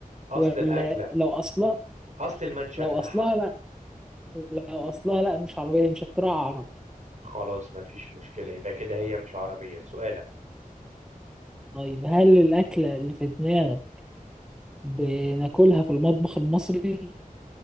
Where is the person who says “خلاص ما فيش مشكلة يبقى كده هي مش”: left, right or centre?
Right